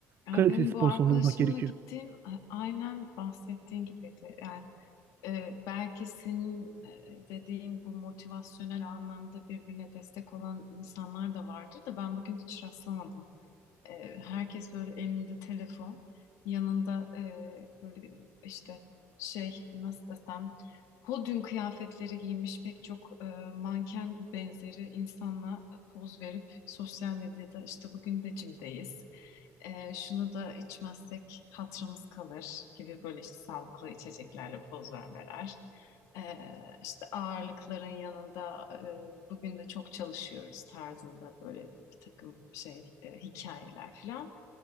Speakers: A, on the left; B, on the right.
A: Ya
B: Kaliteli
A: benim
B: spor
A: bu arkadaşımla
B: salonu bulmak gerekiyor.
A: gittiğim a- aynen bahsettiğin gibiydi. Yani, e, belki senin e, dediğin bu motivasyonel anlamda birbirine destek olan insanlar da vardır da ben bugün hiç rastlamadım. E, herkes böyle elinde telefon, yanında e, böyle işte şey nasıl desem podyum kıyafetleri giymiş pek çok e, manken benzeri insanla poz verip sosyal medyada işte bugün de cimdeyiz. E, şunu da içmezsek hatırımız kalır gibi böyle işte sağlıklı içeceklerle poz vermeler. Ee, işte ağırlıkların yanında e, bugün de çok çalışıyoruz tarzında böyle bir takım şey e, hikayeler falan.